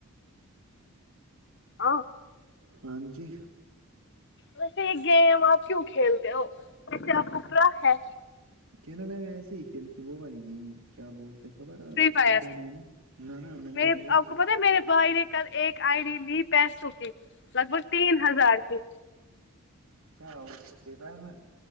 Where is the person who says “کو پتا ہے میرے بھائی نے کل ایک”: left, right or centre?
Left